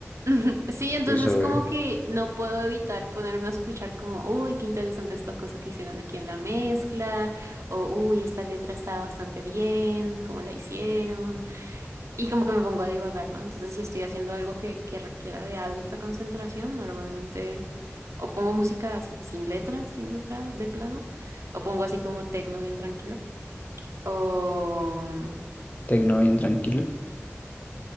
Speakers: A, on the right (about 75°); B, on the left (about 35°).
A: <laughs> Sí, entonces
B: Entonces, obvio,
A: como que no puedo evitar ponerme a escuchar como, uy, qué interesante esta cosa que hicieron aquí en la mezcla, o uy, esta letra está bastante bien, cómo la hicieron, y como que me pongo a divagar, ¿no? Entonces si estoy haciendo algo que, que requiera de alta concentración, normalmente o pongo música así, sin letra, sin letra de plano, o pongo así como tecno bien tranquilo, o...
B: tecno bien tranquilo.